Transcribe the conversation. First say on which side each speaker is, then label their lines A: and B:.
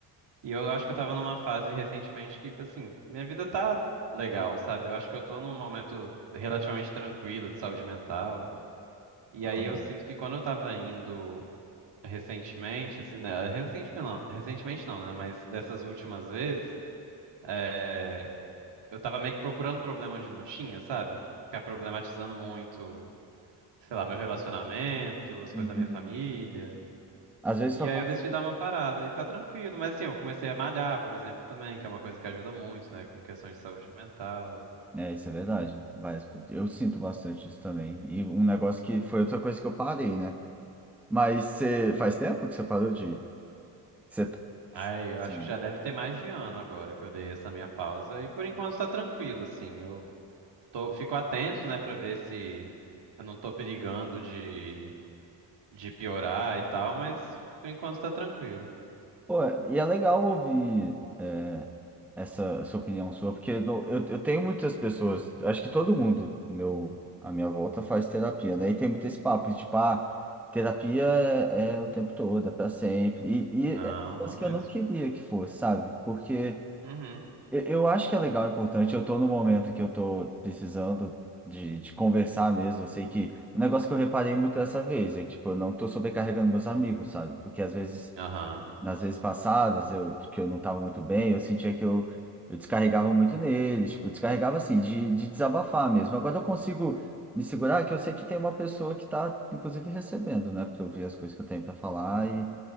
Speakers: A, on the right (about 65°); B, in the centre.
A: e eu acho que eu tava numa fase recentemente que, assim, minha vida tá legal, sabe? Eu acho que eu tô num momento relativamente tranquilo de saúde mental. E
B: Aham.
A: aí eu sinto que quando eu tava indo recentemente, assim, né? Recentemente não, recentemente não, né? Mas dessas últimas vezes, é, eu tava meio que procurando problema onde não tinha, sabe? Ficar problematizando muito, sei lá, meu relacionamento, as coisas
B: Uhum.
A: da minha família.
B: Às vezes
A: E
B: só
A: aí
B: faz.
A: eu decidi dar uma parada e tá tranquilo. Mas assim, eu comecei a malhar, por exemplo, também, que é uma coisa que ajuda muito, né? Com questões de saúde mental.
B: É, isso é verdade. Vai, eu sinto bastante isso também. E um negócio que foi outra coisa que eu parei, né? Mas você faz tempo que você parou de Você,
A: Ai, eu
B: sim.
A: acho que já deve ter mais de ano agora que eu dei essa minha pausa. E por enquanto tá tranquilo, assim. Eu tô, fico atento, né, pra ver se eu não tô perigando de, de piorar e tal, mas por enquanto tá tranquilo.
B: Pô, e é legal ouvir é, essa, essa opinião sua, porque no- eu, eu tenho muitas pessoas, acho que todo mundo meu, à minha volta faz terapia, daí tem muito esse papo de tipo, ah, terapia é, é o tempo todo, é pra sempre. E, e
A: Não,
B: é uma coisa
A: não mesmo.
B: que eu não queria que fosse, sabe? Porque
A: Uhum,
B: eu, eu acho que é legal, é importante, eu tô num momento que eu tô precisando de, de conversar mesmo, eu sei que. Um negócio que eu reparei muito dessa vez é que, tipo, eu não tô sobrecarregando meus amigos, sabe? Porque às vezes.
A: aham,
B: nas vezes passadas eu, que eu não estava muito bem, eu sentia que eu, eu descarregava muito nele, tipo, descarregava assim, de, de desabafar mesmo. Agora eu consigo me segurar, que eu sei que tem uma pessoa que está, inclusive, recebendo, né, para ouvir as coisas que eu tenho para falar e,